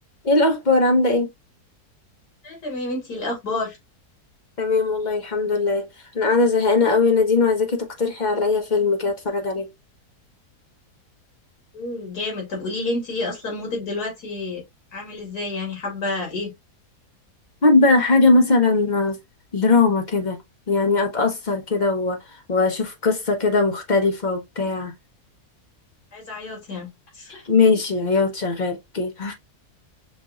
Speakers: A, on the left; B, on the left.
A: ايه الاخبار عامله ايه
B: اه تمام انتي إيه الاخبار
A: تمام والله الحمد لله انا قاعده زهقانه قوي يا نادين وعايزاكي تقترحي عليا فيلم كده اتفرج عليه
B: مم، جامد طب قولي لي انتي ايه اصلا مودك دلوقتي عامل ازاي يعني حابه ايه
A: حابة حاجة مثلا دراما كده يعني أتأثر كده و... وأشوف قصة كده مختلفة وبتاع
B: عايزه عياط يعني <laughs>
A: ماشي عياط شغال اوكي